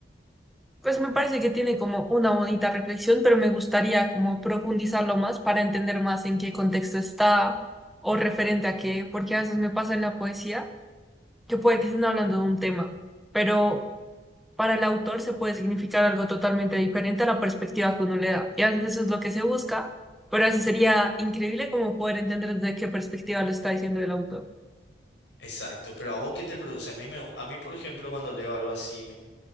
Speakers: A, in the centre; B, on the left.
A: Pues me parece que tiene como una bonita reflexión, pero me gustaría como profundizarlo más para entender más en qué contexto está o
B: Mm,
A: referente a qué, porque a veces me pasa en la poesía que puede que estén hablando de un tema, pero para el autor se puede significar algo totalmente diferente a la perspectiva que uno le da. Y a veces eso es lo que se busca, pero a veces sería increíble como poder entender desde qué perspectiva lo está diciendo el autor.
B: Exacto. Pero a vos, ¿qué te produce? A mí, me- a mí, por ejemplo, cuando leo algo así,